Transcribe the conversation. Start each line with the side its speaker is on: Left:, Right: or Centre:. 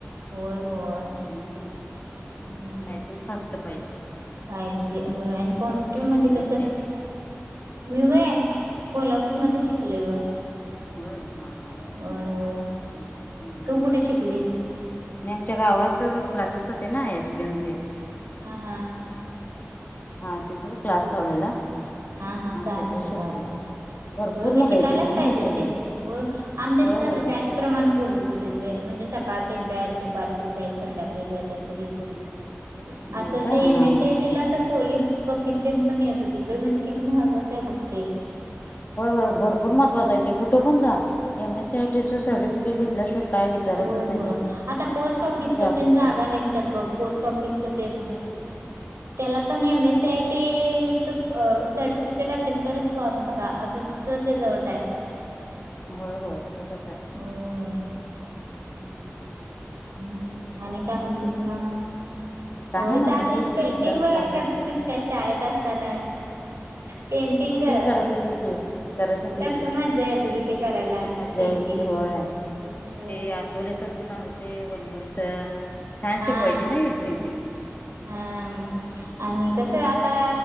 Right: होय होय.
Left: हम्म
Right: हम्म
Left: टायपिंग फास्ट पाहिजे.
Right: फाय जी बी हो आणि कॉम्प्युटरमध्ये
Left: तू कुठे शिकलेस
Right: कसं
Left: ते
Right: मी व्हय कोल्हापूरमध्ये शिकलोय बग
Left: होय हा हा
Right: होय होय.
Left: हम्म हम्म
Right: तू कुठे शिकलीस?
Left: मी आमच्या गावात क्लासेस होते ना एस बी एमचे.
Right: हां हां.
Left: हा तिथेच क्लास लावलेला
Right: हा हा चालतय
Left: तिथंच
Right: चालतय
Left: शिकले भरपूर
Right: होय बाई
Left: मुलं
Right: शिकायलाच
Left: येत होती नाही
Right: पाहिजे
Left: सगळी
Right: ते, आमच्या
Left: होय
Right: तिथे
Left: होय
Right: असं बॅच प्रमाणे बोलवत होतीत बघ म्हणजे सका सकाळचं एक बॅच, दुपारच एक बॅच, संध्याकाळी बॅच अस घेत होतीत. असं
Left: हो का
Right: ते एम
Left: हा
Right: एस सी
Left: हा
Right: आय टी ला अस पोलीस वकील तेन पण येत होतीत बाई, म्हणजे किती महत्त्वाच आहे बघ ते.
Left: होय होय भरपूर महत्वाचचा आहे ते कुठं पण जा
Right: होय होय
Left: एम एस सी आयटीच सर्टिफिकेट घेतल्याशिवाय काय विचारतच
Right: होय
Left: नाहीत
Right: होय
Left: आधी
Right: आता पोस्ट
Left: कुठे
Right: ऑफिसच
Left: जॉब
Right: पण
Left: साठी
Right: जागा निघतात बघ पोस्ट ऑफिसच तेन
Left: हम्म.
Right: त्याला पण M S C I T certificate असेल तरच फॉर्म भरा अस तेज अट आहे.
Left: होय होय तसच आहे.
Right: होय
Left: हूम.
Right: हूम आणि काय म्हणतेस मग?
Left: काय
Right: होय
Left: नाही
Right: दादयाची
Left: हेच
Right: पेंटिंग
Left: की आता
Right: वगैरे
Left: चालू
Right: करती
Left: आहे
Right: तीस काय? शाळेत असताना पेंटिंग ग!
Left: करत होते की करत होते
Right: कसल
Left: की
Right: मजा येत होती, ते करायला
Left: मज्जा
Right: पेंटिंग
Left: यायची होय
Right: होय होय
Left: ते आस्वले सर म्हणून होते, वनमोरे सर छान
Right: हा
Left: शिकवायचे नाही पेंटिंग
Right: हाम. आणि कसं आता